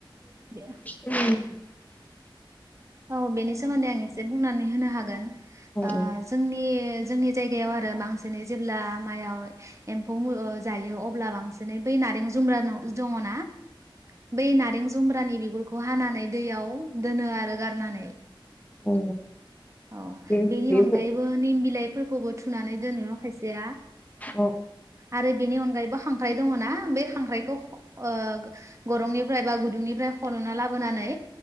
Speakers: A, on the right (about 35°); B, on the left (about 20°).
A: बे
B: <inaudible>
A: औ बेनि सोमोनदै आं एसे बुंनानै होनो हा हागोन ओ
B: फोरमायना होदो
A: जोंनि जोंनि जायगायाव आरो बांसिनै जेब्ला माइआव एमफौ ओ जायो अब्ला बांसिनै बै नारें जुमब्रा दङना? बै नारें जुमब्रानि बिगुरखौ हानानै दैयाव दोनो आरो गारनानै
B: औ औ
A: औ
B: बे
A: बेनि
B: बेबो
A: अनगायैबो निम बिलाइफोरखौबो थुनानै दोनो खायसेया
B: औ
A: आरो बेनि अनगायैबो खांख्राइ दङना बे खांख्राइखौ ओ गरंनिफ्राय बा गुदुंनिफ्राय खन'ना लाबोनानै